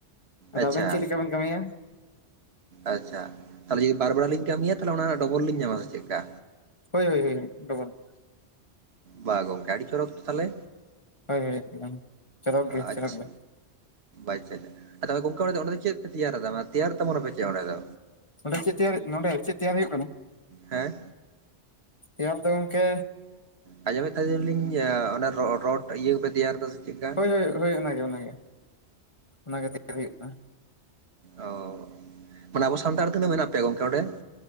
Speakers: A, on the right; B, on the left.
A: ᱟᱪᱪᱷᱟᱻ᱾
B: ᱟᱵᱮᱱ ᱪᱮᱫ ᱞᱮᱠᱟ ᱵᱮᱱ ᱠᱟᱹᱢᱤᱭᱟ
A: ᱟᱪᱪᱷᱟ ᱛᱟᱦᱚᱞᱮ ᱡᱩᱫᱤ ᱵᱟᱨ ᱵᱮᱲᱟ ᱞᱤᱧ ᱠᱟᱹᱢᱤᱭᱟ, ᱛᱟᱦᱚᱞᱮ ᱚᱱᱟ ᱨᱮᱱᱟᱜ ᱰᱚᱵᱚᱞ ᱞᱤᱧ ᱧᱟᱢᱟ, ᱥᱮ ᱪᱮᱫᱠᱟ?
B: ᱦᱳᱭᱻ ᱦᱳᱭᱻ ᱦᱳᱭᱻ, ᱰᱚᱵᱚᱞ᱾
A: ᱵᱟ ᱜᱚᱝᱠᱮ ᱟᱹᱰᱤ ᱪᱚᱨᱚᱠ ᱛᱚ ᱛᱟᱦᱚᱞᱮ,
B: ᱦᱳᱭ ᱦᱳᱭ ᱮᱠᱫᱚᱢ ᱪᱚᱨᱚᱠ ᱜᱮ
A: ᱟᱪᱪᱷᱟ᱾
B: ᱪᱚᱨᱚᱠ ᱜᱮ
A: ᱟᱪᱪᱷᱟᱻ ᱟᱪᱪᱷᱟᱻ ᱛᱟᱦᱚᱞᱮ ᱜᱚᱢᱠᱮ ᱚᱱᱰᱮ ᱫᱚ ᱪᱮᱫ ᱯᱮ ᱛᱮᱭᱟᱨᱫᱟ ᱛᱮᱭᱟᱨ ᱛᱟᱵᱚᱱᱟ ᱯᱮ ᱪᱮᱫ ᱚᱸᱰᱮ ᱫᱚ?
B: ᱱᱚᱰᱮ ᱪᱮᱫ ᱛᱮᱭᱟᱨ ᱦᱳᱭᱳᱜ ᱠᱟᱱᱟ-ᱱᱚᱰᱮ ᱪᱮᱫ ᱛᱮᱭᱟᱨ ᱦᱳᱭᱳᱜ ᱠᱟᱱᱟ,
A: ᱦᱮᱸ
B: ᱛᱮᱭᱟᱨ ᱫᱚ ᱜᱚᱝᱠᱮ
A: ᱟᱸᱡᱚᱢᱮᱫ ᱛᱟᱦᱮᱸ ᱱᱟᱞᱤᱧ ᱨᱚᱰ ᱤᱭᱟᱹ ᱠᱚᱯᱮ ᱛᱮᱭᱟᱨ ᱮᱫᱟ? ᱪᱮᱫᱠᱟ?
B: ᱦᱳᱭᱻ ᱦᱳᱭᱻ ᱦᱳᱭᱻ ᱚᱱᱟ ᱜᱮ ᱚᱱᱟ ᱜᱮ- ᱚᱱᱟ ᱜᱮ, ᱛᱮᱭᱟᱨ ᱦᱳᱭᱳᱜ ᱠᱟᱱᱟ᱾
A: ᱚ ᱢᱟᱱᱮ ᱟᱵᱚ ᱥᱟᱱᱛᱟᱲ ᱛᱤᱱᱟᱹᱜ ᱢᱮᱱᱟᱜ ᱯᱮᱭᱟ ᱜᱚᱢᱠᱮ ᱚᱸᱰᱮ?